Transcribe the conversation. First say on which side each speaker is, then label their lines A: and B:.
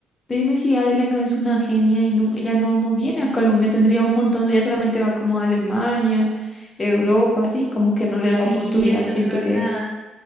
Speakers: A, on the left; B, on the right.
A: dime si Adele no es una genia y no, ella no, no viene a Colombia, tendría un montón, ella solamente va como a Alemania, Europa, sí, como que no
B: Sí,
A: le da oportunidad,
B: eso
A: siento
B: es verdad.
A: que